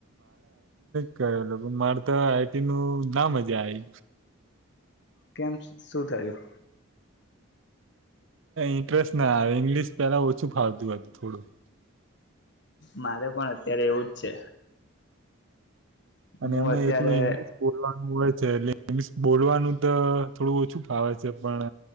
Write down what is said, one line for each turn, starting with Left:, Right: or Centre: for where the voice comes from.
Right: કરેલો પણ મારે તો આઈટી નું ના મજા આઈ.
Left: કેમ શું થયું?
Right: ઇન્ટરેસ્ટ ના આયો, ઇંગ્લિશ પેલા ઓછું ફાવતું હતું થોડું.
Left: મારે પણ અત્યારે એવુંજ છે.
Right: અને
Left: હું
Right: એમે
Left: અત્યારે
Right: એકલું ઇંગ્લિશ બોલવાનું હોય ઇંગ્લિશ બોલવાનું તો થોડું ઓછું ફાવે છે, પણ